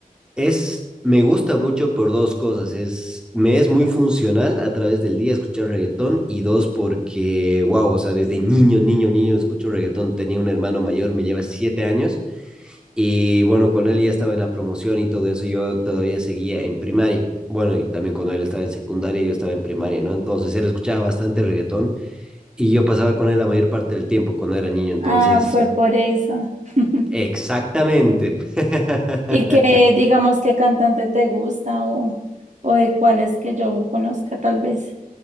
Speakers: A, in the centre; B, on the right (about 50°).
A: Es, me gusta mucho por dos cosas. Es, me es muy funcional a través del día escuchar reggaetón y dos, porque, wow, o sea, desde niño, niño, niño escucho reggaetón. Tenía un hermano mayor, me lleva siete años y bueno, con él ya estaba en la promoción y todo eso. Yo todavía seguía en primaria. Bueno, y también cuando él estaba en secundaria, yo estaba en primaria, ¿no? Entonces él escuchaba bastante reggaetón y yo pasaba con él la mayor parte del tiempo cuando era niño. Entonces,
B: Ah, fue por eso. <laughs>
A: exactamente. <laughs>
B: ¿Y qué, digamos, qué cantante te gusta o, o de cuáles que yo conozca tal vez?